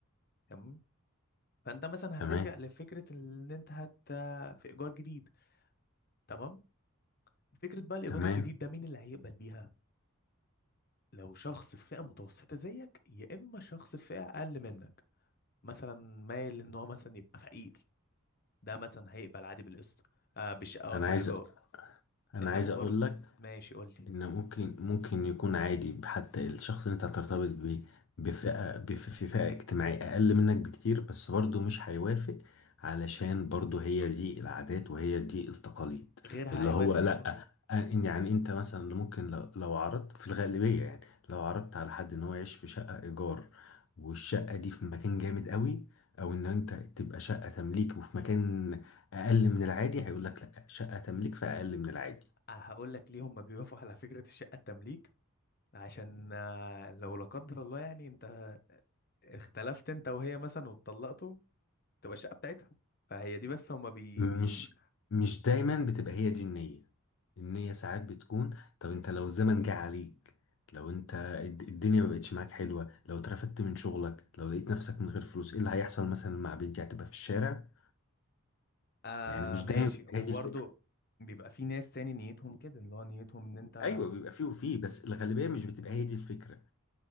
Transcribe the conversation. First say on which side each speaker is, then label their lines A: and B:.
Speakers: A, on the left; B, on the left.
A: تمام فانت مثلا
B: تمام
A: هتلجأ لفكرة ان انت هت في ايجار جديد تمام فكرة بقى الايجار
B: تمام
A: الجديد ده مين اللي هيقبل بيها لو شخص في فئة متوسطة زيك يا اما شخص في فئة اقل منك مثلا مايل ان هو مثلا يبقى فقير ده مثلا هيقبل عادي بالقسط آه بش قصدي
B: انا عايز
A: الايجار
B: انا
A: انما
B: عايز
A: برضه
B: اقول لك
A: ماشي قول لي
B: ان ممكن ممكن يكون عادي حتى الشخص اللي انت هترتبط بيه بفئة بف- في فئة اجتماعية اقل منك بكتير بس برضه مش هيوافق علشان برضه هي دي العادات وهي دي التقاليد
A: غيرها
B: اللي
A: هيوافق
B: هو لا
A: <clears throat>
B: إن يعني انت مثلا ممكن لو لو عرضت في الغالبية يعني لو عرضت على حد ان هو يعيش في شقة ايجار والشقة دي في مكان جامد قوي او ان انت تبقى شقة تمليك وفي مكان اقل من العادي هيقول لك لا شقة تمليك فاقل من العادي
A: آه هقول لك ليه هم بيوافقوا على فكرة الشقة التمليك عشان آه لو لا قدر الله يعني انت اختلفت انت وهي مثلا واتطلقتوا تبقى الشقة بتاعتها فهي دي بس هم بي
B: مش
A: بي
B: مش دايما بتبقى هي دي النية النية ساعات بتكون طب انت لو الزمن جه عليك لو انت الد- الدنيا ما بقتش معاك حلوة لو اترفدت من شغلك لو لقيت نفسك من غير فلوس ايه اللي هيحصل مثلا مع بنتي هتبقى في الشارع
A: آه
B: يعني مش
A: ماشي
B: دايما بتبقى
A: وبرضه
B: هي دي الفكرة
A: بيبقى في ناس تاني نيتهم كده اللي هو نيتهم ان انت
B: ايوه بيبقى فيه وفيه بس الغالبية مش بتبقى هي دي الفكرة